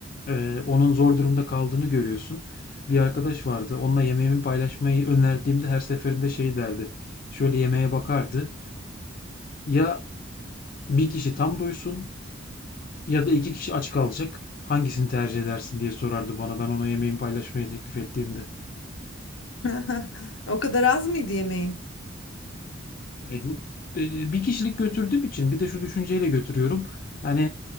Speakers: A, on the left; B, on the left.
A: eee, onun zor durumda kaldığını görüyorsun. Bir arkadaş vardı. Onunla yemeğimi paylaşmayı önerdiğimde her seferinde şey derdi. Şöyle yemeğe bakardı. Ya bir kişi tam doysun ya da iki kişi aç kalacak. Hangisini tercih edersin diye sorardı bana ben ona yemeğimi paylaşmayı teklif ettiğimde.
B: <laughs> O kadar az mıydı yemeğin?
A: Evet, e, bir kişilik götürdüğüm için bir de şu düşünceyle götürüyorum. Hani